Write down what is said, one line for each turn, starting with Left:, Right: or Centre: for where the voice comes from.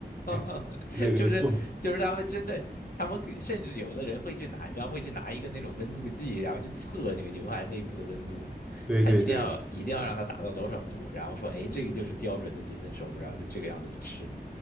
Centre: 哎，
Left: <laughs>
Centre: 那个过，
Left: 就是就是他们真的，他们给甚至有的人会去拿，你知道会去拿一个那种温度计，然后去测那个牛排内部的温度，
Centre: 对对对。
Left: 他一定要一定要让它达到多少度，然后说，哎，这个就是标准的几分熟，然后就这个样子去吃。